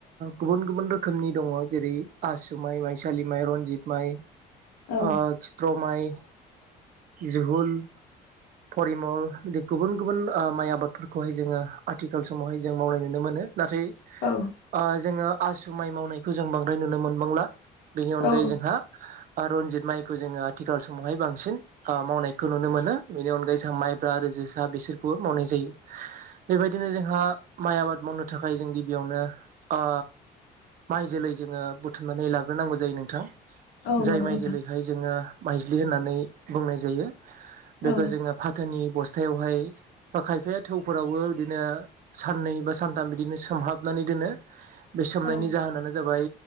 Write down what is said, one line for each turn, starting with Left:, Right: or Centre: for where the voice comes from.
Right: गुबुन गुबुन रोखोमनि दङ जेरै आसु माइ माइसा सालि माइ रनजित माइ ओ
Left: औ
Right: खित्र माइ जहुल फरिमल बि गुबुन गुबुन ओ माइ आबादफोरखौहाय जोङो आथिखाल समावहाय जों मावनाय नुनो मोनो। नाथाय
Left: औ
Right: ओ जोङो आसु माइ मावनायखौ जों बांद्राय नुनो मोनबांला बेनि अनगायै
Left: औ
Right: जोंहा रनजित माइखौ जो़ङो आथिखाल समावहाय बांसिन मावनायखौ नुनो मोनो। बेनि अनगायै जोंहा माइब्रा आरो जोसा बेसोरखौ मावनाय जायो बेबायदिनो जोंहा माइ आबाद मावनो थाखाय जों गिबियावनो ओ माइ जोलै जोंङो बुथुमनानै लाग्रोनांगौ जायो नोंथां।
Left: औ
Right: जाय
Left: नंगौ
Right: माइ
Left: नोंथां
Right: जोलैहाय जोंङो माइज्लि होननानै बुंनाय जायो। बेखौ
Left: औ
Right: जोङो फाथोनि बस्थायावहाय बा खायफाया थौफोरावबो बिदिनो साननै बा सानथाम बिदिनो सोमहाबनानै नैदोनो बे सोमनायनि
Left: औ
Right: जाहोनानो जाबाय